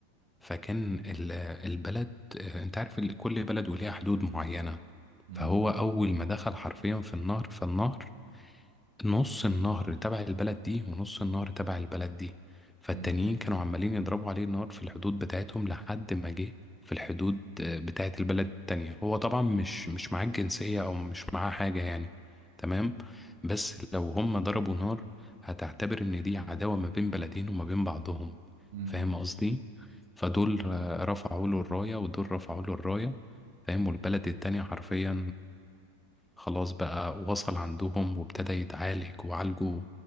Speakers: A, in the centre; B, on the right.
A: فكان ال- البلد أنت عارف ال- كل بلد وليها حدود معينة
B: امم
A: فهو أول ما دخل حرفيا في النهر فالنهر نص النهر تبع البلد دي ونص النهر تبع البلد دي فالتانيين
B: امم
A: كانوا عمالين يضربوا عليه النار في الحدود بتاعتهم لحد ما جه في الحدود آه، بتاعت البلد التانية هو طبعا مش مش معاه الجنسية أو مش معاه حاجة يعني تمام بس لو هم ضربوا نار هتعتبر إن دي عداوة ما بين بلدين وما بين بعضهم
B: امم
A: فاهم قصدي؟ فدول آه، رفعوا له الراية ودول رفعوا له الراية فاهم والبلد التانية حرفيا خلاص بقى وصل عندهم وابتدى يتعالج وعالجوا